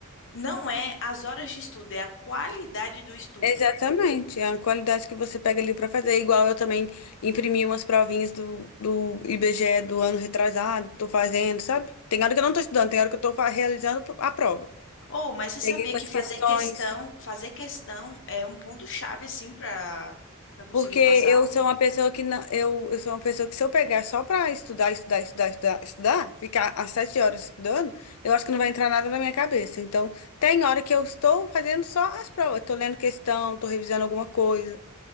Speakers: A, on the left (about 60°); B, on the left (about 85°).
A: Não é as horas de estudo, é a qualidade do estudo.
B: Exatamente, é uma qualidade que você pega ali pra fazer. Igual eu também imprimi umas provinhas do, do IBGE do ano retrasado, tô fazendo, sabe? Tem hora que eu não tô estudando, tem hora que eu tô fa- realizando a prova.
A: Ou, mas você
B: Peguei
A: sabia
B: umas
A: que
B: questões,
A: fazer questão, fazer questão é um ponto-chave, assim, para para conseguir
B: porque
A: passar?
B: eu sou uma pessoa que não, eu, eu sou uma pessoa que se eu pegar só para estudar, estudar, estudar, estudar, estudar, ficar às sete horas estudando, eu acho que não vai entrar nada na minha cabeça. Então, tem hora que eu estou fazendo só as provas, estou lendo questão, estou revisando alguma coisa.